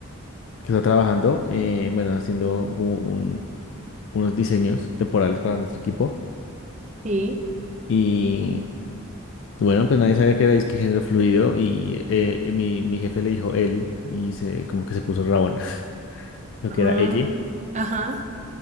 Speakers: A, on the left (about 60°); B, on the right (about 35°).
A: que está trabajando, eh, bueno, haciendo como un- unos diseños temporales para nuestro equipo.
B: sí.
A: Y bueno, pues nadie sabía que era disque género fluido y eh, eh, mi, mi jefe le dijo él y se, como que se puso rabón, <laughs> lo
B: Ah,
A: que era ella.
B: ajá.